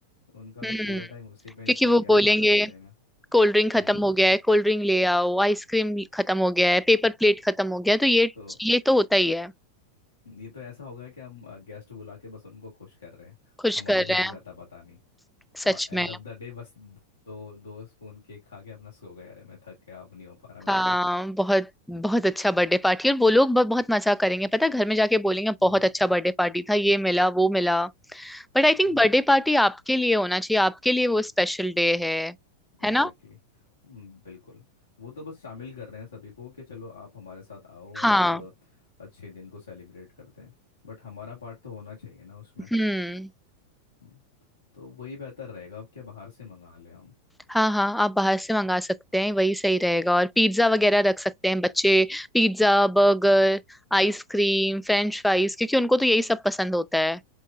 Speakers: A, on the left (about 75°); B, in the centre.
A: उनका
B: हम्म
A: तो पूरा टाइम उसी में निकल
B: क्योंकि वो
A: गया
B: बोलेंगे
A: भागा दौड़े में
B: कोल्ड ड्रिंक खत्म
A: हम्म
B: हो गया है कोल्ड ड्रिंक ले आओ आइसक्रीम खत्म हो गया है पेपर प्लेट खत्म हो गया है तो ये
A: तो
B: ये तो होता ही है
A: ये तो ऐसा होगा कि हम गेस्ट बुला के बस उनको खुश कर रहे हैं
B: खुश
A: हमारी
B: कर
A: खुशी
B: रहे हैं
A: का था पता नहीं
B: सच
A: और एंड
B: में
A: ऑफ द डे बस दो दो स्पून केक खा के अपना सो गए अरे मैं थक गया अब नहीं हो पा रहा मेरे
B: हाँ
A: से
B: बहुत बहुत अच्छा बर्थडे पार्टी और वो लोग ब- बहुत मजा करेंगे पता है घर में जाके बोलेंगे बहुत
A: हम्म
B: अच्छा बर्थडे पार्टी था ये मिला वो मिला But I think
A: हम्म
B: birthday party आपके लिए होना चाहिए आपके लिए वो स्पेशल डे है
A: एग्जैक्टली
B: है ना
A: बिल्कुल वो तो बस शामिल कर रहे हैं सभी को कि चलो आप हमारे साथ आओ और
B: हाँ
A: इसको अच्छे दिन को सेलिब्रेट करते हैं बट हमारा पार्ट तो होना चाहिए ना उसमें
B: हम्म
A: हम्म, तो वही बेहतर रहेगा अब क्या बाहर से मंगा लें हम
B: हाँ हाँ आप बाहर से मंगा सकते हैं वही सही रहेगा और पिज्जा वगैरह रख सकते हैं बच्चे pizza burger ice cream French fries क्योंकि उनको तो यही सब पसंद होता है